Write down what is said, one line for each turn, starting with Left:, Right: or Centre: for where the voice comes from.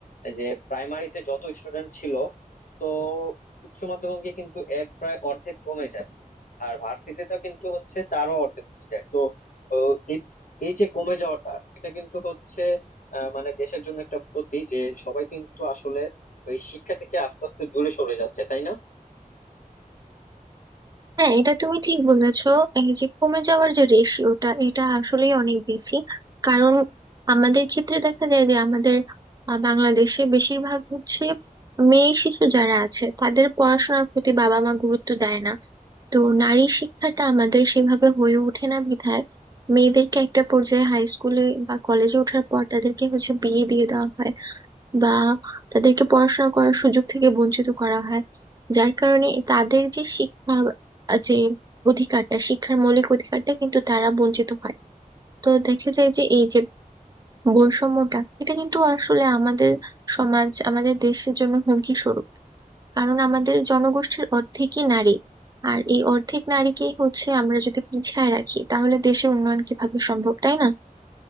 Left: যে প্রাইমারিতে যত স্টুডেন্ট ছিল তো উচ্চ মাধ্যমিকে কিন্তু এর প্রায় অর্ধেক কমে যায় আর ভার্সিটিতে কিন্তু হচ্ছে তারও অর্ধেক কমে যায় তো ও, এই এই যে কমে যাওয়াটা এটা কিন্তু হচ্ছে আহ, মানে দেশের জন্য একটা ক্ষতি যে সবাই কিন্তু আসলে ওই শিক্ষা থেকে আস্তে আস্তে দূরে সরে যাচ্ছে তাই না
Right: হ্যাঁ এটা তুমি ঠিক বলেছো এই যে কমে যাওয়ার যে রেশিওটা এটা আসলেই অনেক বেশি কারণ আমাদের ক্ষেত্রে দেখা যায় যে আমাদের আহ, বাংলাদেশে বেশিরভাগ হচ্ছে মেয়ে শিশু যারা আছে তাদের পড়াশোনার প্রতি বাবা মা গুরুত্ব দেয় না তো নারী শিক্ষাটা আমাদের সেভাবে হয়ে ওঠে না বিধায় মেয়েদেরকে একটা পর্যায়ে হাই স্কুলে বা কলেজে ওঠার পর তাদেরকে হচ্ছে বিয়ে দিয়ে দেওয়া হয় বা তাদেরকে পড়াশোনা করার সুযোগ থেকে বঞ্চিত করা হয় যার কারণে তাদের যে শিক্ষা আহ, যে অধিকারটা শিক্ষার মৌলিক অধিকারটা কিন্তু তারা বঞ্চিত হয় তো দেখা যায় যে এই যে বৈষম্যটা এটা কিন্তু আসলে আমাদের সমাজ আমাদের দেশের জন্য হুমকি স্বরূপ কারণ আমাদের জনগোষ্ঠীর অর্ধেকই নারী আর এই অর্ধেক নারীকেই হচ্ছে আমরা যদি পিছায় রাখি তাহলে দেশের উন্নয়ন কিভাবে সম্ভব তাই না